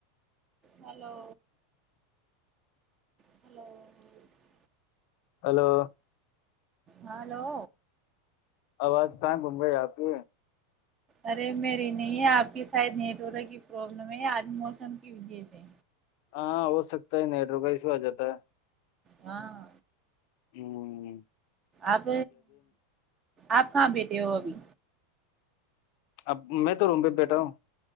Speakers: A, on the right; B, on the left.
A: ہلو ہلوی
B: ہلو
A: ہلو
B: آواز کہاں گھوم گئی آپ کی
A: ارے میری نہیں آپ کی شاید نیٹ ورک کی پرابلم ہے آج موسم کی وجہ سے
B: ہاں ہو سکتا ہے نیٹھ روپئے ایشو آ جاتا ہے
A: ہاں <unintelligible>
B: ہوں <unintelligible>
A: آپ آپ کہاں بیٹے ہو ابھی
B: اب میں تو روم پہ بیٹا ہوں